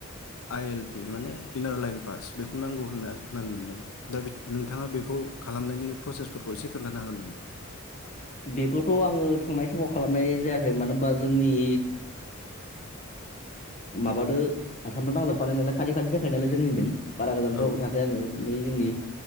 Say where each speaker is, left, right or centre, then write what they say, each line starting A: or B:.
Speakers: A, on the left; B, on the left.
A: आइ एल पि माने इनार लाइन पास बेखौ नांगौ होनना खोनानो मोनदों दा नोंथाङा बेखौ खालामनायनि प्रसेसफोरखौ एसे खोन्थानो हागोन नामा?
B: बेखौथ' आङो थांनाय समाव खालामनाय जायाखै मानो होनबा जोंनि माबादो आसामथ' नांलाफानाय नालाय खाथि खाथि जाखायो नालाय जोंनिजों बारा गोजान
A: औ
B: रावबो थाखै आङो नै जोंनि